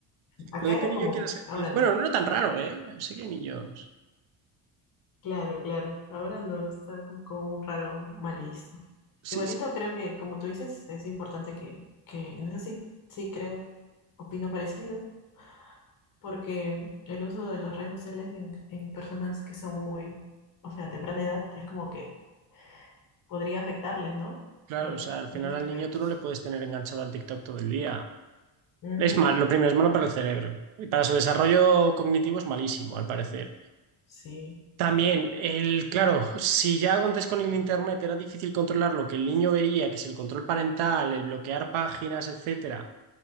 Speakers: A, on the left; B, on the right.
A: Acá
B: Lo de
A: era
B: que un
A: como,
B: niño quiera ser
A: ahora
B: policía.
A: no.
B: Bueno, no tan raro, ¿eh? Sí que hay niños.
A: Claro, claro. Ahora no, está como, como un raro mal visto.
B: Sí,
A: Igualito
B: sí.
A: creo que, como tú dices, es importante que, que en eso sí, sí creo, opino parecido, porque el uso de las redes sociales en, en personas que son muy, o sea, a temprana edad, es como que podría afectarles, ¿no?
B: Claro,
A: En
B: o sea, al final
A: muchos aspectos.
B: al niño tú no le puedes tener enganchado al TikTok todo el día.
A: Ujú,
B: Es mal, lo primero es malo para el cerebro. Y Para su desarrollo cognitivo es malísimo, al parecer.
A: Sí,
B: También, el, claro, si ya antes con el internet era difícil controlar lo que el niño vería, que si el control parental, el bloquear páginas, etcétera,